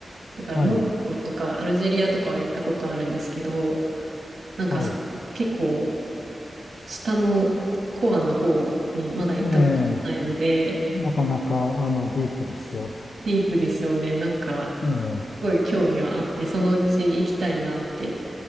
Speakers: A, on the right (about 70°); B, on the left (about 70°).
A: だからモロッコとかアルジェリアとかは行ったことあるんですけど
B: はい、
A: なんかその結構
B: はい。
A: 下のコアな方にまだ行ったことないので、
B: ええ、なかなか、あの、ディープですよ。
A: ディープですよね。なんか、
B: ええ、
A: すごい興味はあって、そのうち行きたいなって、